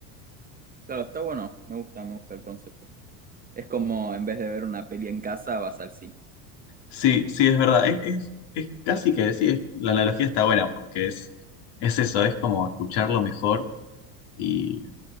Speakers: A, on the right; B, on the left.
A: Claro, está bueno, me gusta, me gusta el concepto. Es como en vez de ver una peli en casa, vas al cine.
B: Sí, sí, es verdad. Es, es, es casi que decir, la analogía está buena porque es, es eso, es como escucharlo mejor y,